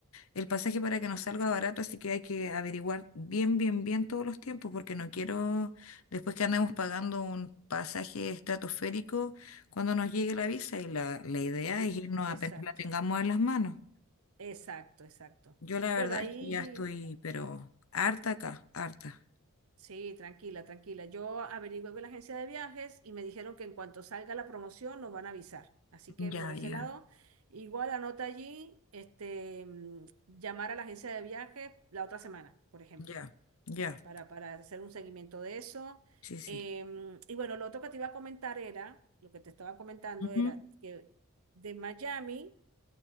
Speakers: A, on the left; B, on the right.
A: El pasaje para que nos salga barato, así que hay que averiguar bien, bien, bien todos los tiempos, porque no quiero, después que andemos pagando un pasaje estratosférico, cuando nos llegue la visa, y la, la idea
B: E-
A: es irnos apenas
B: Exacto,
A: la tengamos en las manos.
B: exacto, exacto.
A: Yo la
B: Bueno,
A: verdad
B: ahí
A: es que ya estoy, pero harta acá, harta.
B: sí, tranquila, tranquila. Yo averigué con la agencia de viajes y me dijeron que en cuanto salga la promoción nos van a avisar. Así que
A: Ya,
B: por ese
A: ya,
B: lado, igual anota allí, este, mm, llamar a la agencia de viajes la otra semana, por ejemplo.
A: ya, ya,
B: para, para hacer un seguimiento de eso.
A: sí, sí.
B: Em, y bueno, lo otro que te iba a comentar era, lo que te estaba comentando
A: Ujú,
B: era que de Miami,